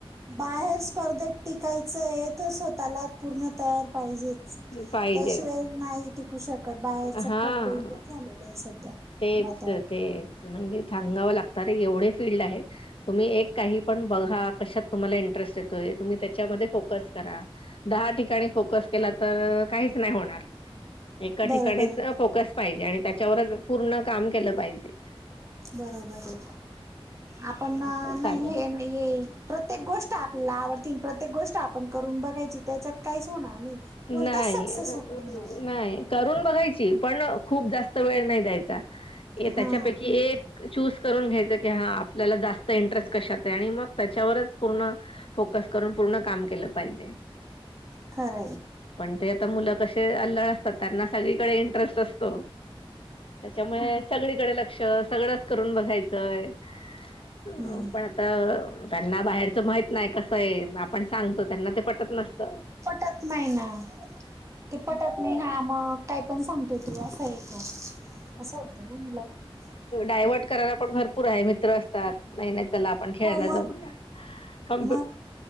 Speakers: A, on the right; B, on the left.
A: बाहेर स्पर्धेत टिकायचं आहे स्वतःला पूर्णतयार पाहिजेच त्याशिवाय
B: पाहिजेच
A: नाही टिकू शकत बाहेरच
B: हा.
A: खूप डेंजर झालेलं आहे. सध्या
B: तेच
A: वातावरण
B: ते म्हणजे थांगावं लागत रे एवढे फीलल्ड आहेत. तुम्ही एक काही पण बघा कशात तुम्हाला इंटरेस्ट येतोय. तुम्ही त्याच्यामध्ये फोकस करा. दहा ठिकाणी फोकस केला तर काहीच नाही होणार. एका
A: बरोबर
B: ठिकाणीच
A: आहे
B: फोकस पाहिजे, आणि त्याच्यावरच पूर्ण काम केलं पाहिजे.
A: बरोबर आहे. आपण नाही
B: असं चालेल.
A: हे नाही प्रत्येक गोष्ट आपल्याला आवडते. प्रत्येक गोष्ट आपण करून बघायची, त्याच्यात काहीच होणार नाही.
B: नाही
A: कोणताच सक्सेस होत नाही मग
B: नाही करून बघायच. पण खूप जास्त वेळ नाही द्यायचा. त्याच्यापैकी
A: हा
B: एक चूस करून घ्यायच की, हा आपल्याला जास्त इंटरेस्ट कशात आणि मग त्याच्यावरच पूर्ण फोकस करून पूर्ण काम केलं पाहिजे.
A: खर.
B: पण ते आता मुलं क असे अल्लळ असतात, त्यांना सगळीकडे इंटरेस्ट असतो. त्याच्यामुळे सगळीकडे लक्ष सगळंच करून बघायचंय. अ
A: हम्म.
B: पण आता त्यांना बाहेरच माहित नाही कसं आहे, आपण सांगतो त्यांना ते पटत नसत.
A: च नाही ना ते पटत नाही हा मग काय पण सांगते तू असं आहे. असं होतं ना मुलाला
B: डायवर्ट करायला पण भरपूर आहे, मित्र असतात मत खेऊ
A: हो मग
B: क
A: मग